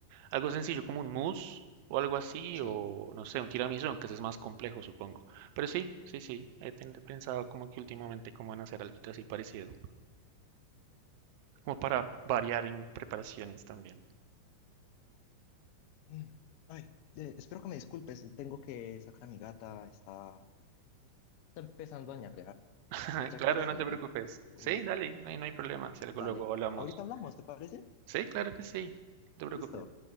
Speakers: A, on the right; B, on the left.
A: algo sencillo como un mousse o algo así,
B: sí.
A: o no sé, un tiramisú, aunque ese es más complejo, supongo. Pero sí, sí, sí, he ten- pensado como que últimamente cómo van a hacer algo así parecido, como para variar en preparaciones también.
B: Mm, Ay, eh, espero que me disculpes, tengo que sacar a mi gata, está, está empezando a ñarrear,
A: <laughs>
B: ya
A: Claro,
B: quiere salir,
A: no te preocupes.
B: pobrecita.
A: Sí, dale, no hay, no hay problema, si algo
B: Dale,
A: luego hablamos.
B: ahorita hablamos, ¿te parece?
A: Sí, claro que sí, no te preocupes.
B: Listo.